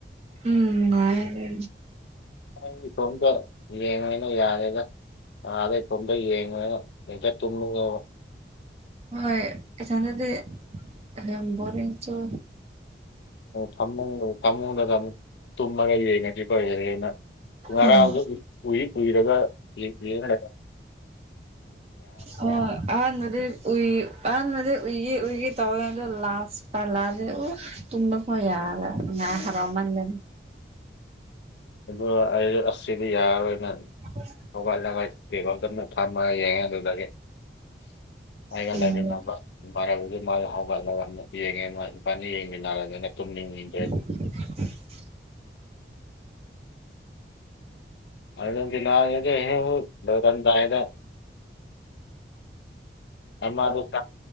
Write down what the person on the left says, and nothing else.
ꯑꯩ ꯏꯇꯣꯝꯗ ꯌꯦꯡꯉꯅꯣ ꯌꯥꯔꯦꯗ ꯑꯥꯗ ꯏꯇꯣꯝꯗ ꯌꯦꯡꯉꯣꯏꯅꯣ ꯂꯩꯗ ꯇꯨꯝꯂꯛꯑꯣ
ꯐꯃꯨꯡꯗ ꯐꯃꯨꯡꯗꯗ ꯑꯃꯨꯛ ꯇꯨꯝꯃꯒ ꯌꯦꯡꯅꯗ꯭ꯔꯤꯀꯣꯗꯗꯒꯤ ꯑꯩꯅ ꯉꯔꯥꯡꯗ
ꯎꯏ ꯎꯏꯔꯒ ꯌꯦ ꯌꯦꯡꯈ꯭ꯔꯦꯒ
ꯑꯗꯨ ꯑꯩ ꯑꯁꯤꯗꯤ ꯌꯥꯔꯣꯏꯅ
ꯍꯧꯒꯠꯂꯒ ꯇꯦꯕꯥꯜ ꯄꯤꯕꯣ ꯑꯗꯨꯝꯅ ꯊꯝꯃꯒ ꯌꯦꯡꯉꯦ ꯑꯗꯨꯗꯒꯤ ꯑꯩꯒ
ꯂꯩꯃꯤꯟꯅꯕ ꯏꯃꯥꯟꯅꯕꯗꯨ ꯃꯥꯁ ꯍꯧꯒꯠꯂꯒ ꯌꯦꯡꯉꯦ ꯃꯥ ꯏꯄꯥꯥꯟꯅ ꯌꯦꯡꯃꯤꯟꯅꯔꯕꯅꯤꯅ ꯇꯨꯝꯅꯤꯡꯉꯗ꯭ꯔ
ꯑꯩꯅ ꯅꯉꯒꯍ ꯍꯔꯝꯗꯥꯏꯅ ꯑꯃꯗ